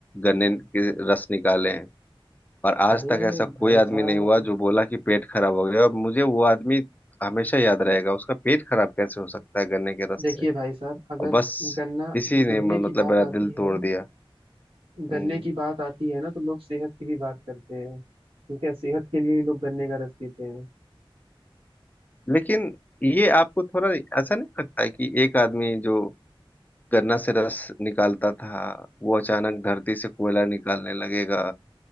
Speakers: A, on the left (about 20°); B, on the right (about 75°).
A: गन्ने के रस निकाले हैं और आज
B: अरे
A: तक ऐसा कोई
B: भाई
A: आदमी
B: साहब
A: नहीं हुआ जो बोला कि पेट खराब हो गया और मुझे वो आदमी हमेशा याद रहेगा उसका पेट खराब कैसे हो सकता है गन्ने के रस
B: देखिए
A: से
B: भाई साहब अगर
A: और बस
B: गन्ना
A: इसी ने
B: गन्ने
A: म-
B: की
A: मतलब
B: बात
A: मेरा
B: आती
A: दिल
B: है
A: तोड़ दिया
B: गन्ने
A: हम्म,
B: की बात आती है ना तो लोग सेहत की भी बात करते हैं ठीक है सेहत के लिए ही लोग गन्ने का रस पीते हैं
A: लेकिन ये आपको थोड़ा ऐसा नहीं लगता है कि एक आदमी जो गन्ना से रस निकालता था वो अचानक धरती से कोयला निकालने लगेगा